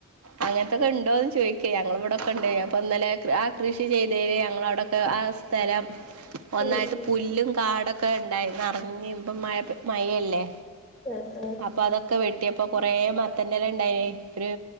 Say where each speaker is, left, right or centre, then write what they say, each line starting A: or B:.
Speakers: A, on the right (about 90°); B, in the centre.
A: അങ്ങനത്തൊക്കെ ഉണ്ടോ എന്ന് ചോദിക്കേ ഞങ്ങൾ ഇവിടെക്ക ഉണ്ട് അപ്പൊ ഇന്നലെ ആ കൃഷി ചെയ്തേല് ഞങ്ങള അവിടൊക്കെ ആ സ്ഥലം ഒന്നായിട്ട്
B: ഉം ഉം
A: പുല്ലും കാടൊക്കെ ഉണ്ടായി നറഞ്ഞഞ് ഇപ്പ മ മയല്ലേ
B: ആഹ്
A: അപ്പൊ അതൊക്കെ വെട്ടിയപ്പൊ കൊറേ മത്തൻന്റെല ഉണ്ടായേഒരു